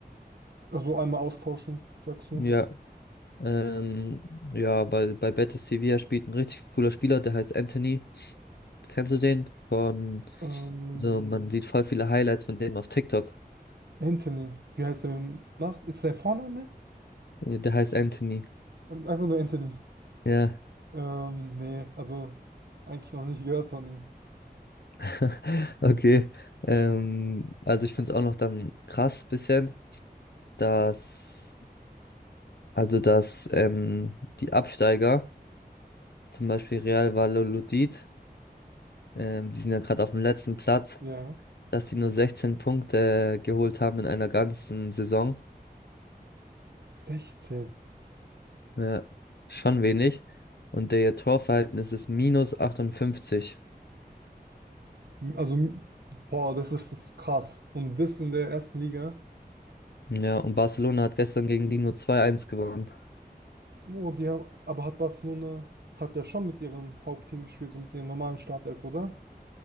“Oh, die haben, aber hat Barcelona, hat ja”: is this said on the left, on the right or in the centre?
Right